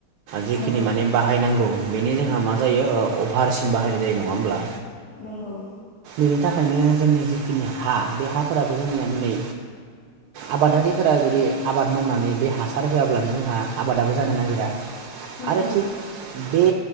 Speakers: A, on the right (about 80°); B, on the left (about 75°).
A: जिखिनि
B: नंगौ
A: माने बाहायनांगौ बेनि जोंहा मा जायो ओ अभारसिन बाहायनाय जायो नङा होमब्ला।
B: नंगौ
A: बेनि थाखायनो जोंनि जिखिनि हा बे हाफोराबो जोंनिया दिनै आबादारिफोरा जुदि आबाद मावनानै बे हासार होआब्लानो जोंहा आबादाबो जानो नागिरा।
B: नंगौ
A: आरो थिक बे